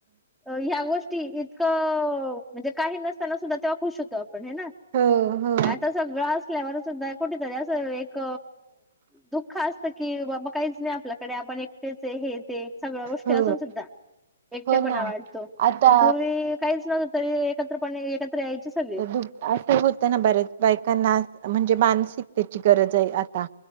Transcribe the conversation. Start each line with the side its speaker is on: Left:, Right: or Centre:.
Centre: ह्या गोष्टी इतकं म्हणजे काही नसताना सुद्धा तेव्हा खुश होतो. पण आहे ना
Right: हो हो
Centre: आता सगळा अस कुठतरी आस एक दुःख असत की बाबा कायच नाही आपल्याकडे आपण एकटेच हे ते सगळ गोष्टी
Right: हो
Centre: असून सुद्धा एकटेपणा
Right: हो ना
Centre: वाटतो
Right: आता
Centre: पण पूर्वी काहीच नव्हत तरी एकत्रपणे यायचे सगळे
Right: दुःख असं होतं ना बऱ्याच बायकांना म्हणजे मानसिकतेची गरज आहे आता